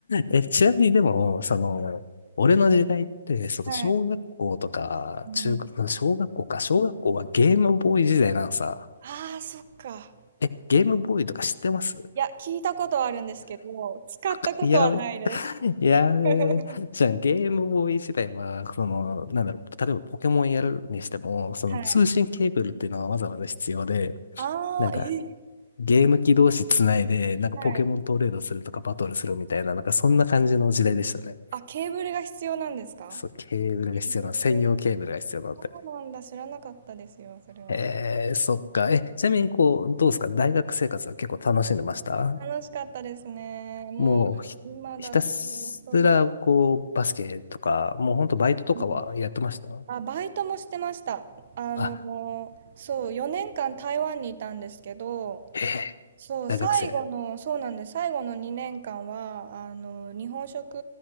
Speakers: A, on the left; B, on the right.
A: え、ちなみにでも、その、俺の時代って、その小学校とか、
B: はい。うん。
A: 中学、小学校か、小学校はゲームボーイ時代なのさ。
B: ああ、そっか。
A: え、ゲームボーイとか知ってます
B: いや、聞いたことはあるんですけど、使ったことはないです。
A: <laughs> やべ、やべ。
B: <laughs>
A: <laughs> じゃあ、ゲームボーイ時代は、その、なんだろう、例えばポケモンやるにしても、その通信ケーブルっていうのがわざわざ必要で、
B: はい。ああ、
A: なんか、
B: えー
A: ゲーム機同士つないで、なんかポケモントレードするとかバトルするみたいな、
B: はい。
A: なんかそんな感じの時代でしたね。
B: あ、ケーブルが必要なんですか
A: そう、ケーブルが必要なの、
B: えー
A: 専用ケーブルが必要なんだ
B: そうなんだ。知らなかったですよ、それは。
A: えー、そっか。え、ちなみに、
B: うん
A: こう、どうですか大学生活は結構楽しんでました
B: 楽しかったですね。もう、
A: もうひ、
B: 今だと、
A: ひたすら、
B: そ
A: こう、バスケとか、もうほんとバイトとかはやってました
B: う。うんあ、バイトもしてました。あの、
A: あ、
B: そう、4年間台湾にいたんですけど、
A: へえ、
B: そう、
A: 大学生。
B: 最後の、そうなんです。最後の2年間は、あの、日本食